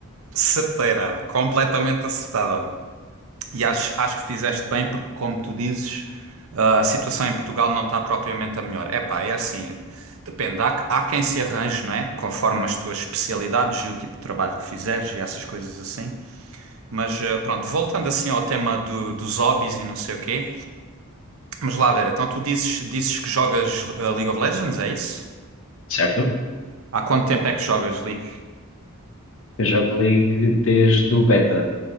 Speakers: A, on the right (about 65°); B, on the left (about 60°).
A: certeira, completamente acertada. E acho, acho que fizeste bem, porque, como tu dizes, ah, a situação em Portugal não está propriamente a melhor. Epá, é assim, depende. Há, há quem se arranje, não é? Conforme as tuas especialidades e o tipo de trabalho que fizeres e essas coisas assim. Mas eh, pronto, voltando assim ao tema do- dos hobbies e não sei o quê. Mas lá, Vera, então tu dizes, dizes que jogas eh, League of Legends, é isso?
B: Certo?
A: Há quanto tempo é que jogas League?
B: Eu jogo League desde o beta,